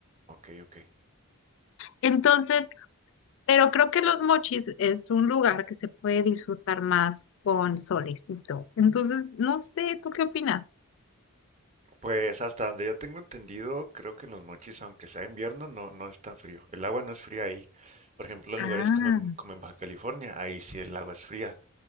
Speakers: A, on the right; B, on the left.
A: ok, ok.
B: Entonces, pero creo que Los Mochis es un lugar que se puede disfrutar más con solecito. Entonces, no sé, ¿tú qué opinas?
A: Pues hasta donde yo tengo entendido, creo que en los Mochis, aunque sea invierno, no, no está frío. El agua no es fría ahí. Por ejemplo, en
B: Ah,
A: lugares como en, como en Baja California, ahí sí el agua es fría.